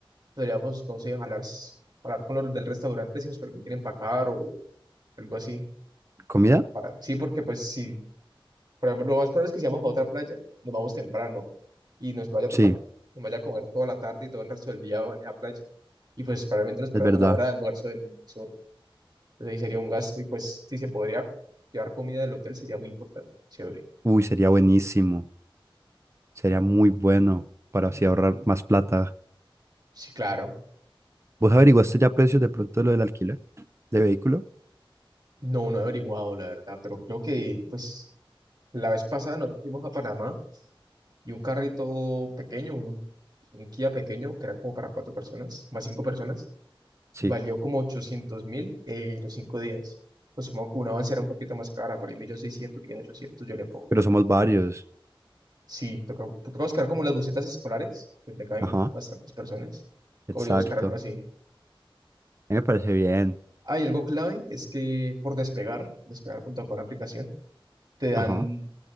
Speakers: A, on the right; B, on the right.
A: Podríamos, no sé, hablar, s- hablar con los del restaurante si nos permiten empacar o algo así.
B: ¿Comida?
A: Para, sí, porque pues si, por ejemplo, lo más probable es que si vamos a otra playa, nos vamos temprano y nos vaya a
B: Sí,
A: tocar, nos vaya a comer toda la tarde y todo el resto del día en esa playa. Y pues probablemente nos perdamos
B: es verdad.
A: la hora de almuerzo del resort. Entonces ahí sería un gasto y pues si se podría llevar comida del hotel sería muy importante, chévere.
B: Uy, sería buenísimo. Sería muy bueno para así ahorrar más plata.
A: Sí, claro.
B: ¿Vos averiguaste ya precios de pronto de lo del alquiler de vehículo?
A: No, no he averiguado, la verdad, pero creo que pues la vez pasada nosotros fuimos a Panamá y un carrito pequeño, un, un Kia pequeño, que era como para cuatro personas, más cinco personas,
B: Sí.
A: valió como ochocientos mil eh, los cinco días. Pues supongo que una Avanza era un poquito más cara, por ahí millón seiscientos, millón ochocientos yo le pongo.
B: Pero somos varios.
A: Sí, toca, toca buscar como las busetas escolares, donde caben
B: Ajá,
A: bastantes personas. Podría
B: exacto.
A: buscar algo
B: A
A: así.
B: mí me parece bien.
A: ah Hay algo clave, es que por despegar, despegar punto despegar.com la aplicación, te dan
B: Ajá.